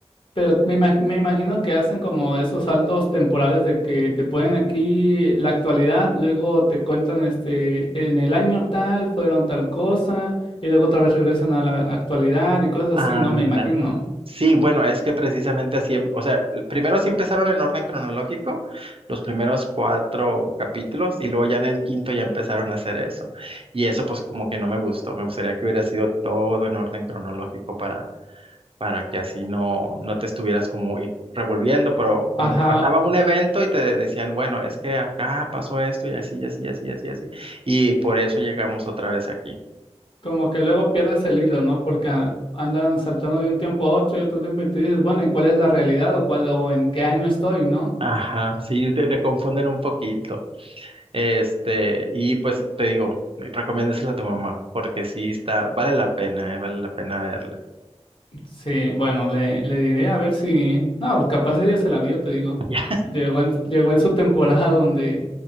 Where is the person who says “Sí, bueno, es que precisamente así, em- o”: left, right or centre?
Right